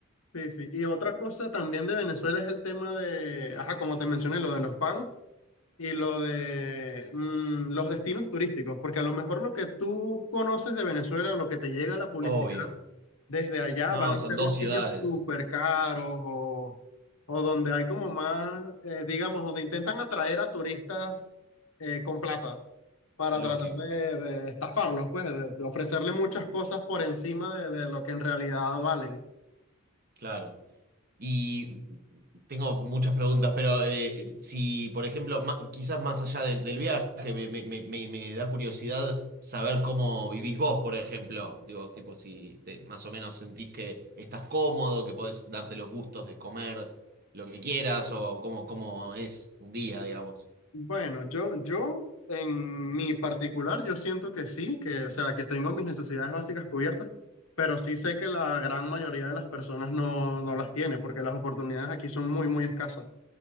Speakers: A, on the left; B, on the right.
A: Sí, sí. Y otra cosa también de Venezuela es el tema de, ajá, como te mencioné, lo de los pagos y lo de mm, los destinos turísticos. Porque a lo mejor lo que tú conoces de Venezuela, lo que te llega a la publicidad,
B: Obvio.
A: desde allá
B: No,
A: van a
B: son
A: ser
B: dos
A: los sitios
B: ciudades,
A: súper caros o, o donde hay como más, eh, digamos, donde intentan atraer a turistas eh, con plata para
B: lógico,
A: tratar de, de estafarlos, pues, de, de ofrecerle muchas cosas por encima de, de lo que en realidad valen.
B: claro. Y tengo muchas preguntas, pero eh, si, por ejemplo, ma- quizás más allá del del viaje, me, me- me- me- me da curiosidad saber cómo vivís vos, por ejemplo. Digo, tipo, si te- más o menos sentís que estás cómodo, que podés darte los gustos de comer lo que quieras, o cómo, cómo es un día, digamos.
A: Bueno, yo, yo en mi particular, yo siento que sí, que, o sea, que tengo mis necesidades básicas cubiertas, pero sí sé que la gran mayoría de las personas no, no las tiene porque las oportunidades aquí son muy, muy escasas.